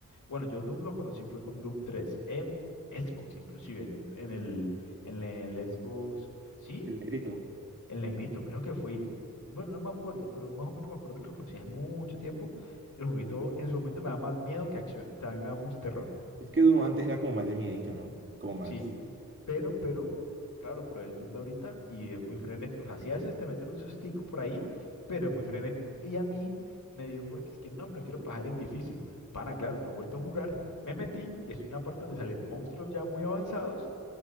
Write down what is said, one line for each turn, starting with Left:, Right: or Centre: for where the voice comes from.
Left: Bueno, yo Doom lo conocí fue con Doom 3, en Xbox inclusive, en, en el, en el Xbox, ¿sí?
Right: El negrito.
Left: El negrito, creo que fui. Bueno, no me acuerdo, pero más o menos me acuerdo que lo conocí hace mucho tiempo. El juguito en su momento me da más miedo que acción, o sea, a mí me da mucho terror.
Right: Es que Doom antes era como más de miedito, ¿no? Como más.
Left: Sí, p- pero, pero, claro, probé el Doom de ahorita y es muy frenético. O sea, si a veces te meten un sustico por ahí, pero es muy frenético. Y a mí me dio porque es que no, me lo quiero pasar en difícil. Pana, claro, no he vuelto a jugar. Me metí y es una parte donde salen monstruos ya muy avanzados